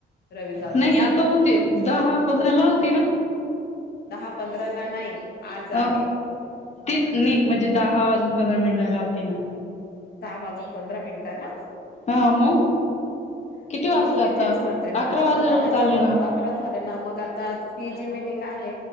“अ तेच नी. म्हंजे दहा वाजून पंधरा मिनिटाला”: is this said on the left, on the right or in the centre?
Left